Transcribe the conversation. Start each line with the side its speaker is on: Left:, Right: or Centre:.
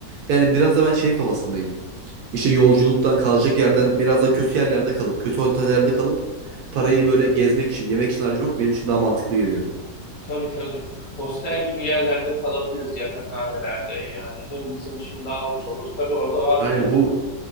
Right: Yani biraz da ben şey kafasındayım. İşte yolculuktan, kalacak yerden, biraz da kötü yerlerde kalıp, kötü otellerde kalıp parayı böyle gezmek için, yemek için harcamak benim için daha mantıklı geliyor.
Left: Tabii tabii. Hostel gibi yerlerde kalabiliriz yatakhanelerde. Yani hem bizim için daha ucuz olur. Tabii orada var
Right: Aynen
Left: mı bilmiyorum.
Right: bu